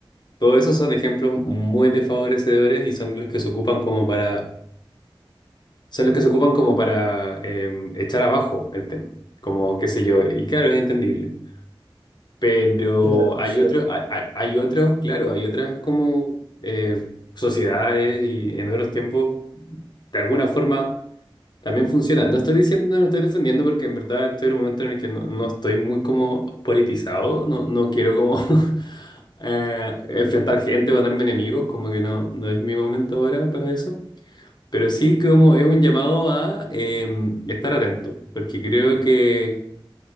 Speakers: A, on the left; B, on the right.
A: todos esos son ejemplos muy desfavorecedores y son los que se ocupan como para son los que se ocupan como para em, echar abajo el tema, como qué sé yo, y claro, es entendible. Pero
B: Claro,
A: hay
B: es cierto.
A: otros, hay otros, claro, hay otras como eh, sociedades y en otros tiempos, de alguna forma, también funcionan. No estoy diciendo, no estoy defendiendo porque en verdad estoy en un momento en el que no, no estoy muy como politizado, no, no quiero como <laughs> eh, enfrentar gente o ganarme enemigos, como que no, no es mi momento ahora para eso. Pero sí como es un llamado a eh, estar atento, porque creo que